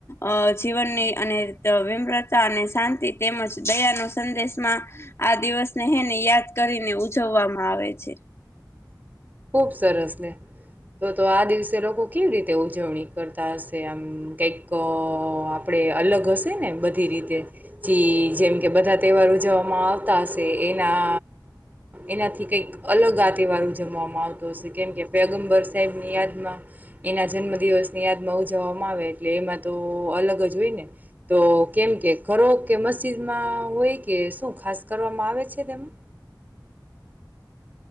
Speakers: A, on the left; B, on the right.
A: અ જીવનની અને વિમ્રતા અને શાંતિ તેમજ દયાનો સંદેશમાં આ દિવસને હેને યાદ વ કરીને ઉજવવામાં આવે છે
B: ખૂબ સરસને તો તો આ દિવસે લોકો કેવી રીતે ઉજવણી કરતા હશે આમ કઈક આપડે અલગ હશે ને બધી રીતે ચી જેમ કે બધા તહેવાર ઉજવવામાં આવતા હશે એ ના એનાથી કંઈક અલગ આ તહેવાર ઉજવવામાં આવતો હશે કેમ કે પેગમબર સાહેબની યાદમાં એના જન્મ દિવસની યાદમાં ઉજવવામાં આવે એટલે એમાં તો અલગ જ હોય ને તો કેમ કે ધરો કે મસ્જિદમાં હોય કે કે શું ખાસ કરવામાં આવે છે તેમાં